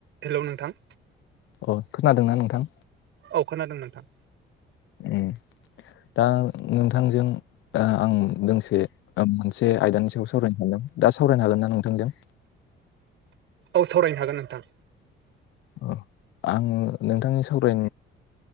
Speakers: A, on the right (about 70°); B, on the left (about 75°).
A: हेल' नोंथां।
B: अ खोनादोंना नोंथां।
A: औ खोनादों नोंथां।
B: ए दा नोंथांजों। आं दोंसे मोनसे आयदानि सायाव सावरायनो सानदों दा सावरायनो हागोन नना नोंथांजों।
A: औ सावरायनो हागोन नोंथां।
B: अ आं नोंथांनि सावराय।